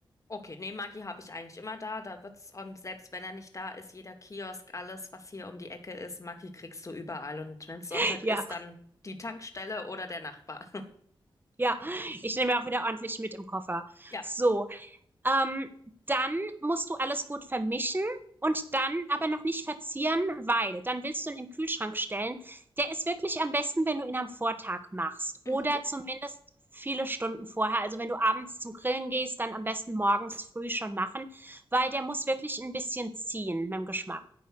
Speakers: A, on the left (about 35°); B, on the right (about 20°).
A: Okay, nee, Maggi habe ich eigentlich immer da. Da wird's, und selbst wenn er nicht da ist, jeder Kiosk, alles, was hier um die Ecke ist, Maggi kriegst du überall. Und wenn's Sonntag
B: <laughs> Ja,
A: ist, dann die Tankstelle oder der Nachbar. <laughs>
B: ja. Ich nehme ja auch wieder ordentlich mit im Koffer.
A: Ja.
B: So. Ähm, dann musst du alles gut vermischen und dann aber noch nicht verzieren, weil dann willst du ihn in den Kühlschrank stellen. Der ist wirklich am besten, wenn du ihn am Vortag machst oder
A: Mhm.
B: zumindest viele Stunden vorher. Also wenn du abends zum Grillen gehst, dann am besten morgens früh schon machen, weil der muss wirklich ein bisschen ziehen mit dem Geschmack.